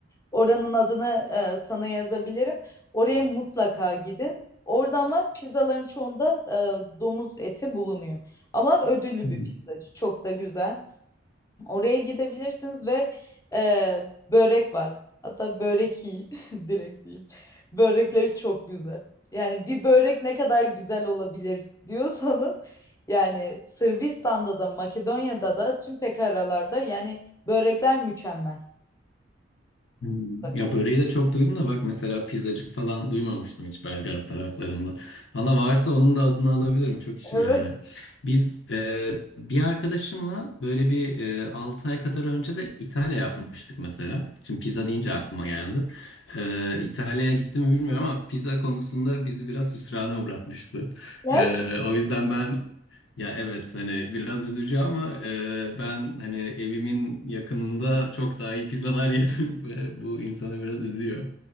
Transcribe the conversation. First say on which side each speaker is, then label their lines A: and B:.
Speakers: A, on the left; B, on the left.
A: Oranın adını e, sana yazabilirim. Oraya mutlaka gidin. Orada ama pizzaların çoğunda e, domuz eti bulunuyor. Ama ödüllü
B: Hı
A: bir
B: hı.
A: pizzacı. Çok da güzel. Oraya gidebilirsiniz ve e, börek var. Hatta börek iyi <laughs> direkt diyeyim. Börekleri çok güzel. Yani bir börek ne kadar güzel olabilir diyorsanız yani Sırbistan'da da Makedonya'da da tüm pekaralarda yani börekler mükemmel.
B: Hmm.
A: Mutlaka.
B: Ya böreği de çok duydum da bak mesela pizzacı falan duymamıştım hiç Belgrad taraflarında. Valla varsa onun da adını alabilirim. Çok işime
A: Evet.
B: yarar. Biz e, bir arkadaşımla böyle bir e, 6 ay kadar önce de İtalya yapmıştık mesela. Şimdi pizza deyince aklıma geldi. E, İtalya'ya gitti mi bilmiyorum ama pizza konusunda bizi biraz hüsrana uğratmıştı.
A: Yer.
B: E, o yüzden ben Ya evet hani biraz üzücü ama e, ben hani evimin yakınında çok daha iyi pizzalar <laughs> yedim ve bu insanı biraz üzüyor.